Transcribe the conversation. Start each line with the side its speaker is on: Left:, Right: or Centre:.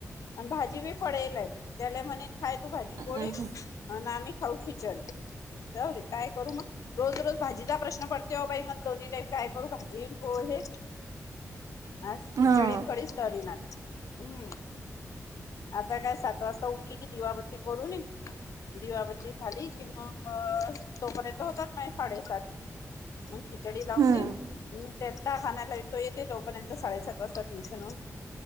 Left: ह आणि भाजी बी पडेलय त्याला म्हणेन खाय तू भाजी
Right: हम्म
Left: पोळी आणि आम्ही व खीचड जाऊे काय करू मग रोज रोज भाजीचा प्रश्न पडते हो बाई मग दोन्ही टाईम काय करू भाजी हो हे आज खिचडींकडेच
Right: हम्म
Left: टलीन आता हम्म आता काय सात वाजता उठली कि दिवाबत्ती करून दिवाबती झाली कि मग तोपर्यंत होतात मा साडेसात हम् खिचडी लावने
Right: हम्म
Left: हम् ते खाला तो येते तोपर्यंत साडेसात वाजता ट्युशनहून